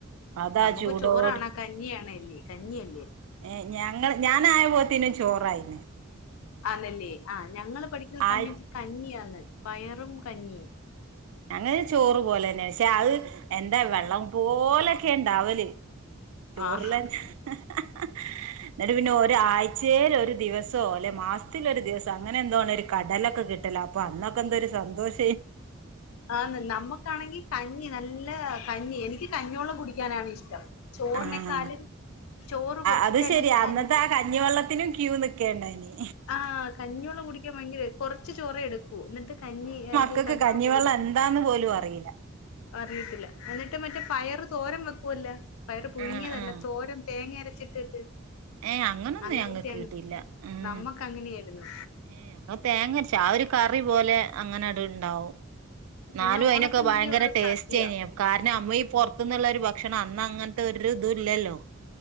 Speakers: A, on the right; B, on the left.
A: അതാ
B: നമുക്ക്
A: ചൂടോട്
B: ചോറാണോ? കഞ്ഞിയണല്ലേ കഞ്ഞിയല്ലേ?
A: ഏഹ് ഞങ്ങൾ ഞാനായ പോത്തിനും ചോറായിണ്
B: ആന്നല്ലേ? ആഹ് ഞങ്ങള് പഠിക്കുന്ന സമയത്ത്
A: ആയി
B: കഞ്ഞിയാണ് പയറും, കഞ്ഞിയും.
A: ഞങ്ങക്ക് ചോറ് പോലന്നെ പക്ഷെ അഹ് എന്താ വെള്ളം പോലൊക്കെ ഇണ്ടാവല്. ചോറ്ല്
B: ആഹ്
A: എന്നിട്ട് പിന്നെ ഒരാഴ് ച്ചേല് ഒരു ദിവസോ അല്ലെ മാസത്തില് ഒരു ദിവസോ അങ്ങനെ എന്തോ ആണ് ഒരു കടലൊക്കെ കിട്ടല് അപ്പോ അന്നൊക്കെ എന്തൊര് സന്തോഷ
B: ആന്ന് നമ്മക്കാണെങ്കി കഞ്ഞി ന നല്ല കഞ്ഞി എനിക്ക് കഞ്ഞോള്ളം കുടിക്കാനാണ് ഇഷ്ടം ചോറിനേക്കാളും
A: ആഹ്
B: ചോറ് കൊറച്ചിട്ട്
A: അത്
B: അതിനാത്ത്
A: ശരിയാ അന്നത്തെ
B: കഞ്ഞി
A: ആ കഞ്ഞിവെള്ളത്തിനും ക്യൂ നിക്കേണ്ടായിനി
B: ആഹ് കഞ്ഞിവെള്ളം കുടിക്ക ക്കാൻ ഭയങ്കര കൊറച്ച് ചോറെ എടുക്കൂ എന്നിട്ട് കഞ്ഞി ഇത്
A: മക്കക്ക് കഞ്ഞിവെള്ളം
B: കൂടി എടുക്കും
A: എന്താന്ന് പോലും അറിയില്ല.
B: അറിയത്തില്ല എന്നിട്ട് മറ്റേ പയറ് തോരം വെക്കുവല്ലോ പയറ് പുഴുങ്ങിയതല്ല
A: ആഹ് ആഹ്
B: തോരൻ തേങ്ങ അരച്ചിട്ടിട്ട്.
A: ഏഹ് അങ്ങനൊന്നും
B: അങ്ങനത്തെെയാണ്
A: ഞങ്ങക്ക് കിട്ടില്ല ഉം
B: നമ്മക്ക് അങ്ങനെയായിരുന്നു.
A: ഏഹ് ഇവടെ തേങ്ങരച്ച ആ ഒരു കറി പോലെ അങ്ങനെ ആട്ട് ഇണ്ടാവും. ഇന്നാലും
B: പിന്നെ
A: അയിനൊക്കെ
B: ഓണത്തിനല്ലേ
A: ഭയങ്കര
B: ഉള്ളൂ
A: ടേസ്റ്റനി
B: സദ്യ
A: ന കാരണം അമ്മയീ പൊറത്തുന്നുള്ള ഒരു ഭക്ഷണം അന്ന് അങ്ങനത്തെ ഒരു ഇതും ഇല്ലല്ലോ?